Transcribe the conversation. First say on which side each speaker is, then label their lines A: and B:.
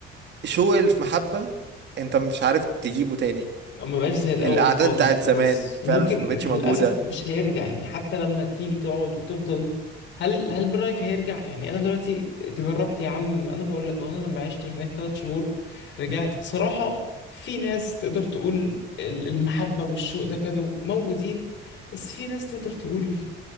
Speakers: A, on the right; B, on the left.
A: شوق المحبة انت مش عارف تجيبه تاني
B: ما بقاش زي الاول
A: الأعداد
B: خالص
A: بتاعت
B: خلاص
A: زمان
B: وممكن
A: فعلا مش ما بقتش
B: للاسف
A: موجودة
B: مش هيرجع يعني حتى لما تيجي تقعد وتفضل هل هل برايك هيرجع يعني انا دلوقتي اتغربت يا عم انا بقول لك اهو انا لما عشت هناك ثلاث شهور رجعت صراحه في ناس تقدر تقول ال- المحبه والشوق ده كانوا موجودين بس في ناس تقدر تقول